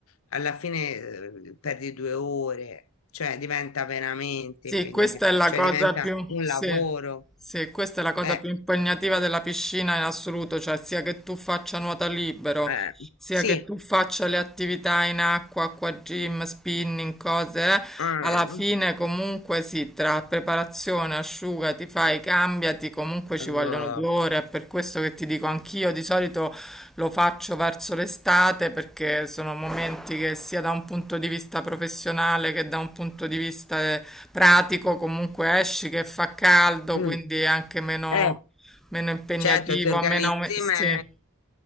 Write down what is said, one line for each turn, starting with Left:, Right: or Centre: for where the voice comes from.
Left: alla fine eh, perdi due ore, cioè diventa veramente
Centre: Sì,
Left: impegnativo,
Centre: questa è la
Left: cioè
Centre: cosa
Left: diventa
Centre: più,
Left: un
Centre: sì,
Left: lavoro.
Centre: sì, questa è la cosa
Left: Eh,
Centre: più impegnativa della piscina in assoluto, cioè sia che tu faccia nuoto libero,
Left: eh,
Centre: sia
Left: sì.
Centre: che tu faccia le attività in acqua, acqua gym, spinning, cose, eh,
Left: ah,
Centre: alla fine comunque sì, tra preparazione, asciugamano ti fai, cambiati, comunque ci
Left: eh,
Centre: vogliono due ore, è per questo che ti dico anch'io, di solito lo faccio verso l'estate perché sono momenti che sia da un punto di vista professionale che da un punto di vista eh, pratico comunque esci che fa caldo,
Left: mm.
Centre: quindi è anche meno,
Left: Eh,
Centre: meno impegnativo,
Left: certo, ti organizzi,
Centre: meno... Sì,
Left: ma